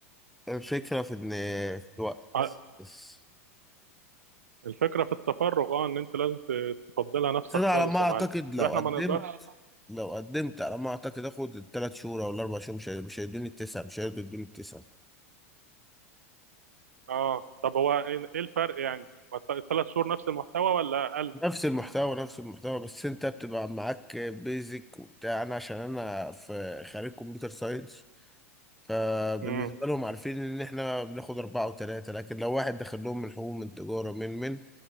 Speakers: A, in the centre; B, on the right (about 80°).
A: الفكرة في ان في الوقت
B: ع-
A: بس
B: الفكرة في التفرغ اه ان انت لازم ت- تفضلها نفسك
A: بس انا
B: خالص
A: على ما اعتقد
B: يا معلم
A: لو
B: واحنا
A: قدمت
B: ما آه. نقدرش اه
A: لو قدمت على ما اعتقد اخد الثلاث شهور او الاربع شهور مش هي- مش هيدوني التسعه مش هيرضوا يدوني التسعه
B: اه طب هو ايه إيه الفرق يعني الثلاث شهور نفس المحتوى ولا اقل
A: نفس المحتوى نفس المحتوى بس انت بتبقى معاك بيزك وبتاع انا عشان انا في خريج كمبيوتر ساينس فبالنسبه
B: امم
A: لهم عارفين ان احنا بناخد اربعه وثلاثه لكن لو واحد داخل لهم من حقوق من تجاره من من